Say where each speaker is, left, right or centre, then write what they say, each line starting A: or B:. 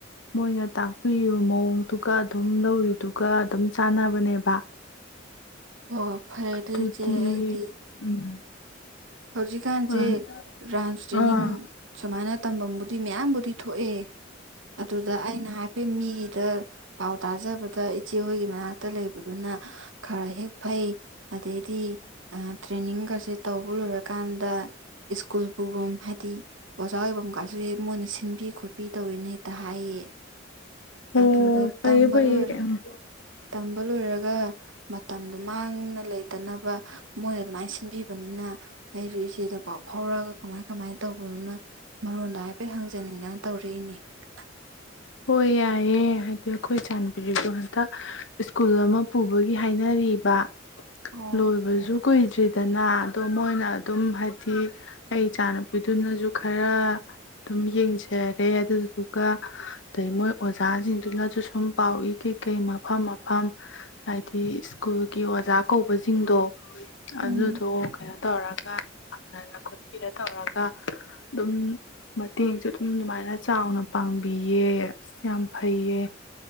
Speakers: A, on the left; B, on the right.
A: ꯃꯣꯏꯅ ꯇꯥꯛꯄꯤꯔꯤꯕ ꯃꯑꯣꯡꯗꯨ ꯑꯗꯨꯝ ꯂꯧꯔꯤꯗꯨꯒ ꯑꯗꯨꯝ ꯆꯥꯅꯕꯅꯦꯕ
B: ꯑꯣ ꯐꯔꯦ
A: ꯑꯗꯨꯗꯤ
B: ꯑꯗꯨꯏꯆꯦ ꯑꯩꯗꯤ
A: ꯎꯝ
B: ꯍꯧꯖꯤꯛꯀꯥꯟꯁꯦ
A: ꯑꯥ
B: ꯔꯟꯁ ꯇ꯭ꯔꯦꯟꯅꯤꯡ
A: ꯑꯥ
B: ꯁꯨꯃꯥꯏꯅ ꯇꯝꯐꯝꯕꯨꯗꯤ ꯃꯌꯥꯝꯕꯨꯗꯤ ꯊꯣꯛꯑꯦ ꯑꯗꯨꯗ ꯑꯩꯅ ꯍꯥꯏꯐꯦꯠ ꯃꯤꯒꯤꯗ ꯄꯥꯎ ꯇꯥꯖꯕ ꯇ ꯏꯆꯦ ꯍꯣꯏꯒꯤ ꯃꯅꯥꯛꯇ ꯂꯩꯕꯗꯨꯅ ꯈꯔ ꯍꯦꯛ ꯐꯩ ꯑꯗꯩꯗꯤ ꯇ꯭ꯔꯦꯟꯅꯤꯡꯒꯁꯦ ꯇꯧꯕ ꯂꯣꯏꯔꯀꯥꯟꯗ ꯁ꯭ꯀꯨꯜ ꯄꯨꯐꯝ ꯍꯥꯏꯗꯤ ꯑꯣꯖꯥ ꯑꯣꯏꯐꯝ ꯀꯁꯨ ꯍꯦꯛ ꯃꯣꯏꯅ ꯁꯤꯟꯕꯤ ꯈꯣꯠꯄꯤ ꯇꯧꯋꯦꯅ ꯍꯦꯛꯇ ꯍꯥꯏꯌꯦ
A: ꯑꯣ
B: ꯑꯆꯥ ꯆꯥꯛ
A: ꯐꯩꯌꯦ
B: ꯇꯝ
A: ꯐꯩꯌꯦ
B: ꯣꯔ
A: ꯎꯝ
B: ꯇꯝꯕ ꯂꯣꯏꯔꯒ ꯃꯇꯝꯗꯣ ꯃꯥꯡꯅ ꯂꯩꯇꯅꯕ ꯃꯣꯏꯅ ꯑꯗꯨꯃꯥꯏꯅ ꯁꯤꯟꯕꯤꯕꯅꯤꯅ ꯑꯩꯁꯨ ꯏꯆꯦꯗ ꯄꯥꯎ ꯐꯥꯎꯔꯒ ꯀꯃꯥꯏ ꯀꯃꯥꯏꯅ ꯇꯧꯕꯗꯨꯅ ꯃꯔꯣꯟꯗꯣ ꯍꯥꯏꯐꯦꯠ ꯍꯪꯖꯅꯤꯡꯗꯅ ꯇꯧꯔꯛꯏꯅꯦ <unintelligible>
A: ꯍꯣꯏ ꯌꯥꯏꯑꯦ ꯍꯥꯏꯗꯤ ꯑꯩꯈꯣꯏ ꯆꯥꯟꯕꯤꯔꯤꯁꯨꯣ ꯍꯟꯇ ꯁ꯭ꯀꯨꯜ ꯑꯃ ꯄꯨꯕꯒꯤ ꯍꯥꯏꯅꯔꯤ ꯔꯤꯕ
B: ꯑꯣ
A: ꯂꯣꯏꯕꯁꯨ ꯀꯨꯏꯗ꯭ꯔꯤꯗꯅ ꯑꯗꯣ ꯃꯣꯏꯅ ꯑꯗꯨꯝ ꯍꯥꯏꯗꯤ ꯑꯩ ꯏꯆꯥ ꯅꯨꯨꯄꯤꯗꯨꯅꯁꯨ ꯈꯔ ꯑꯗꯨꯝ ꯌꯦꯡꯖꯔꯦ ꯑꯗꯨꯗꯨꯒ ꯑꯗꯩ ꯃꯣꯏ ꯑꯣꯖꯥꯁꯤꯡꯗꯨꯅꯁꯨ ꯁꯨꯝ ꯄꯥꯎꯏ ꯀꯩ ꯀꯩ ꯃꯐꯝ ꯃꯐꯝ ꯍꯥꯏꯗꯤ ꯁ꯭ꯀꯨꯜꯒꯤ ꯑꯣꯖꯥ ꯀꯧꯕꯁꯤꯡꯗꯣ
B: ꯎꯝ
A: ꯑꯗꯨꯗꯣ ꯀꯩꯅꯣ ꯇꯧꯔꯒ ꯐꯪꯅꯔ ꯈꯣꯠꯄꯤꯔ ꯇꯧꯔꯒ ꯑꯗꯨꯝ ꯃꯇꯦꯡꯁꯨ ꯑꯗꯨꯝ ꯑꯗꯨꯃꯥꯏꯅ ꯆꯥꯎꯅ ꯄꯥꯡꯉ ꯆꯥꯡꯕꯤꯌꯦ ꯑꯁ ꯌꯥꯝ ꯐꯩꯌꯦ